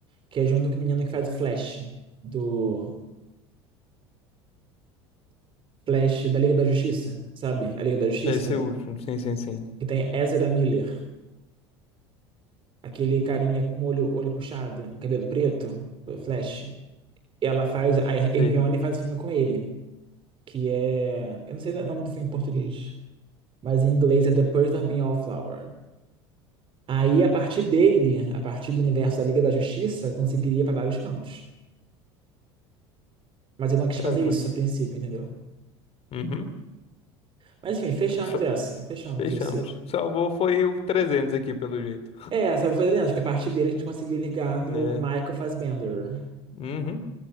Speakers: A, on the right; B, on the left.
A: que é junto com o menino que faz o Flash, do Flash da Liga da Justiça, sabe? A Liga da Justiça,
B: Deve
A: que
B: ser
A: tem,
B: o último. Sim, sim, sim.
A: que tem Ezra Miller, aquele carinha com olho, olho puxado, cabelo preto, o Flash. Ela faz, a Hermione
B: Sim.
A: faz o filme com ele. que é. Eu não sei o nome do filme em português, mas em inglês é The Perks of Being a Wallflower. Aí, a partir dele, a partir do universo da Liga da Justiça, eu conseguiria ir para vários cantos. Mas eu não quis
B: Cara,
A: fazer
B: mas.
A: isso a princípio, entendeu?
B: Uhum.
A: Mas enfim, fechamos
B: O que fa-
A: essa. Fechamos
B: Fechamos.
A: esse.
B: O que salvou foi o trezentos aqui, pelo jeito.
A: É, essa eu vou fazer, acho que a partir dele a gente conseguiu ligar
B: Né?
A: no Michael Fassbender.
B: Uhum,